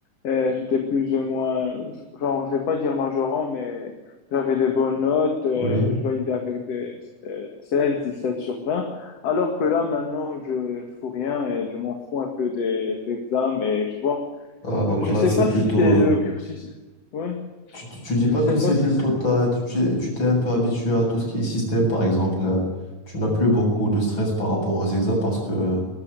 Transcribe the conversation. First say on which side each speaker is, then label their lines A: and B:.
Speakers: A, on the left (about 55°); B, on the left (about 35°).
A: euh, j'étais plus ou moins, genre, je vais pas dire majorant, mais j'avais des bonnes notes. euh,
B: Oui.
A: je validais avec des euh, dix sept sur vingt Alors que là, maintenant, je je fous rien et je m'en fous un peu des examens. Et je vois,
B: Ah, donc
A: je
B: là,
A: sais
B: c'est
A: pas
B: plutôt...
A: si c'est
B: euh,
A: le cursus. Ouais,
B: tu, tu dis
A: je
B: pas
A: sais
B: que
A: pas
B: c'est
A: si
B: plutôt...
A: c'est.
B: ta- tu t'es tu t'es un peu habitué à tout ce qui est système, par exemple. euh, tu n'as plus beaucoup de stress par rapport aux examens parce que